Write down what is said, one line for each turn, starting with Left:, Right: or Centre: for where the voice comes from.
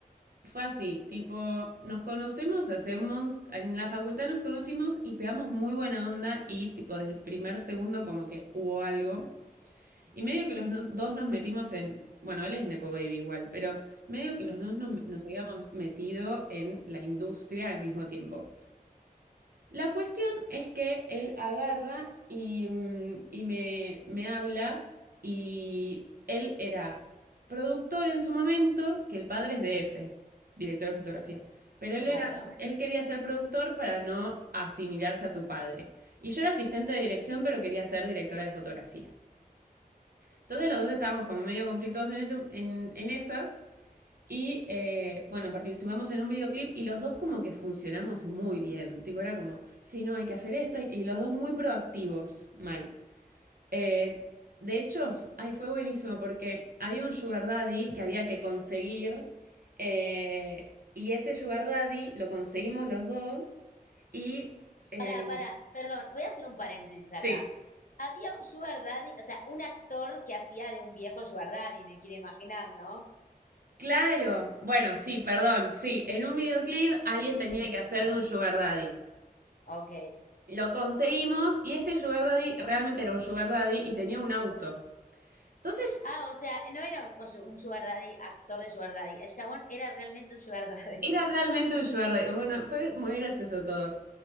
Right: fue así, tipo, nos conocemos hace un montón, en la facultad nos conocimos y pegamos muy buena onda y tipo del primer segundo como que hubo algo. Y medio que los no- dos nos metimos en, bueno, él es Nepo Baby igual, pero medio que los dos nos, nos habíamos metido en la industria al mismo tiempo. La cuestión es que él agarra y, mm, y me, me habla y él era productor en su momento, que el padre es DF, director de fotografía. Pero él
Left: Claro.
Right: era, él quería ser productor para no asimilarse a su padre. Y yo era asistente de dirección, pero quería ser directora de fotografía. Entonces los dos estábamos como medio conflictuados en, ese, en, en esas. Y eh, bueno, participamos en un videoclip y los dos como que funcionamos muy bien. Tipo, era como, sí, no, hay que hacer esto. Y los dos muy proactivos, mal. Eh, de hecho, ahí fue buenísimo porque había un sugar daddy que había que conseguir. eh, y ese sugar daddy lo conseguimos los dos. Y eh,
Left: Para, para, perdón, voy a hacer un paréntesis acá.
Right: sí,
Left: Había un sugar daddy, o sea, un actor que hacía de un viejo sugar daddy, me quiero imaginar, ¿no?
Right: Claro, bueno, sí, perdón, sí, en un videoclip alguien tenía que hacer de un sugar daddy.
Left: Ok.
Right: Lo conseguimos y este sugar daddy realmente era un sugar daddy y tenía un auto. Entonces,
Left: Ah, o sea, no era un, o sea, un sugar daddy, actor de sugar daddy. El chabón era realmente un sugar <laughs> daddy.
Right: era realmente un sugar daddy. Bueno, fue muy gracioso todo.